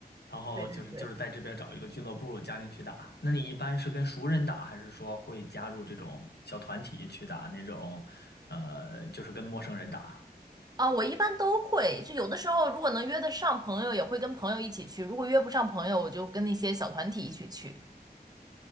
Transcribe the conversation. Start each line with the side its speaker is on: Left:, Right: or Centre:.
Left: 然后就是就是在这边找一个俱乐部加进去打。
Right: 对对对。
Left: 那你一般是跟熟人打，还是说会加入这种小团体去打那种，呃，就是跟陌生人打？
Right: 啊，我一般都会，就有的时候如果能约得上朋友，也会跟朋友一起去；如果约不上朋友，我就跟那些小团体一起去。